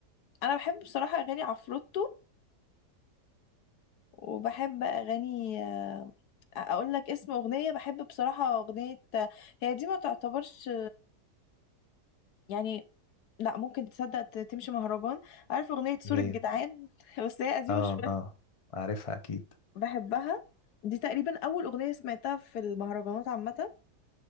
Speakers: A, on the left; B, on the left.
A: انا بحب بصراحه اغاني عفروتو وبحب اغاني آه، اقول لك اسم اغنيه بحب بصراحه اغنيه هي دي ما تعتبرش يعني لا ممكن تصدق ت- تمشي مهرجان عارف اغنيه سور
B: دي هي
A: الجدعان <laughs> بس هي قديمه
B: اه
A: شويه
B: اه عارفها اكيد
A: بحبها دي تقريبا اول اغنيه سمعتها في المهرجانات عامه